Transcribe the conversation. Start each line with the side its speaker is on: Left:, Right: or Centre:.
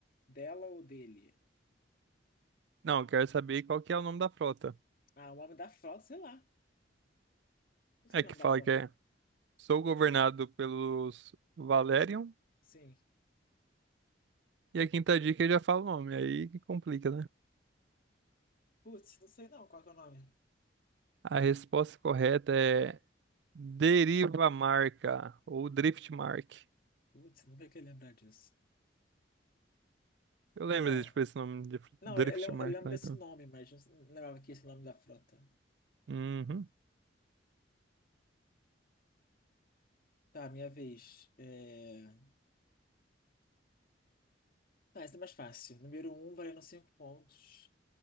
Left: Dela ou dele?
Right: Não, eu quero saber qual que é o nome da frota.
Left: Ah, o nome da frota, sei lá. Não sei
Right: É
Left: o
Right: que
Left: nome
Right: fala
Left: da frota.
Right: que é. Sou governado pelos Valerion.
Left: Sim.
Right: E a quinta dica eu já falo o nome, aí que complica, né?
Left: Putz, não sei não qual que é o nome.
Right: A resposta correta é Derivamarca ou Driftmark.
Left: Putz, nunca que lembrar disso.
Right: Eu lembro
Left: É.
Right: de, tipo, esse nome de
Left: Não,
Right: Drift
Left: eu,
Right: Mark
Left: eu lembro
Right: lá,
Left: desse
Right: então.
Left: nome, mas não não lembrava que esse é o nome da frota.
Right: Uhum.
Left: Tá, minha vez. É... Tá, essa é mais fácil. Número um, valendo cinco pontos.